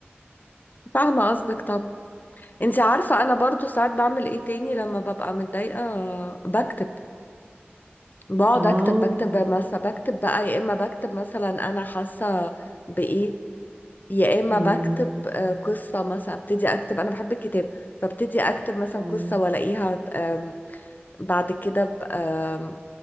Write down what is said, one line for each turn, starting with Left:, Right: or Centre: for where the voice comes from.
Left: فاهمة قصدك طبعا انت عارفة انا برضو ساعات بعمل ايه تاني لما ببقى متضايقة بكتب بقعد
Right: اه
Left: اكتب بكتب
Right: حلو
Left: مثلا بكتب بقى يا اما بكتب مثلا انا حاسة بايه يا اما
Right: امم
Left: بكتب آه، قصة مثلا ابتدي اكتب انا بحب الكتاب فابتدي اكتب مثلا
Right: اه
Left: قصة والاقيها آم، بعد كده ب- آم،